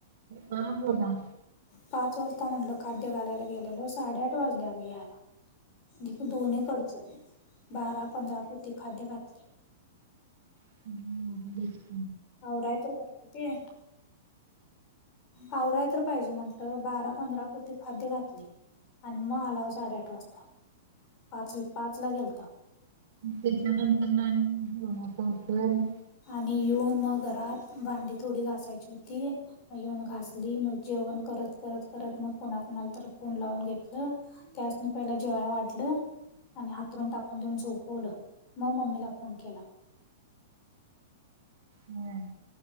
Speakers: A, on the right (about 45°); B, on the left (about 30°).
A: हा बोला.
B: पाच वाजता म्हटलं खाद्य घालायला गेलेलो, साडेआठ वाजले अगं याला. दे दोनी कडच. बारा, पंधरा पोती खाद्य घातले.
A: <unintelligible>
B: आवराय तर पाहिजे. आवराय तर पाहिजे म्हटलं. बारा, पंधरा पोती खाद्य घातलंय. आणि मग आलाव साडेआठ वाजता. पाच पाच ला गेलताव.
A: तेच्यानंतरन आणि जेवणाच असल?
B: आणि येऊन मग घरात, भांडी थोडी घासायची होती. मग येऊन घासली. मग जेवण करत करत करत मग कुणा कुणालातर फोन लावून घेतलं त्यासनी पहिला जेव्हाय वाढलं आणि हातरून टाकून देऊन झोपवलं. मंग मम्मीला फोन केला.
A: ह.